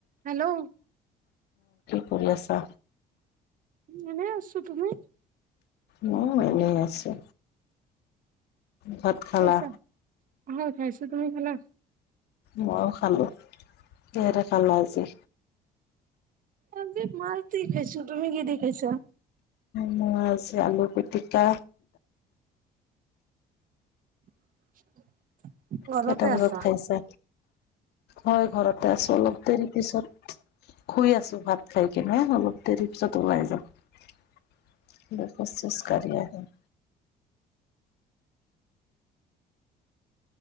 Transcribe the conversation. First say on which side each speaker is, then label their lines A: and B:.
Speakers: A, on the right; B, on the left.
A: Hello.
B: শুনি আছা?
A: এনে আছো তুমি?
B: মইও এনেই আছো। ভাত খালা
A: খাইছা আহ খাইছা তুমি খালা?
B: ময়ো খালো, কিহেৰে খালা আজি?
A: আজি মাছ দি খাইছো, তুমি কি দি খাইছা?
B: মই আজি আলু পিটিকা
A: <inaudible> ঘৰতে
B: কেইটা বজাত
A: আছা
B: খাইছা? হয় ঘৰতে আছো অলপ দেৰি পিছত শুই আছো ভাত খাই কেনে অলপ দেৰি পিছত ওলাই যাম। অলপ খোজ চোজ কাঢ়ি আহিম।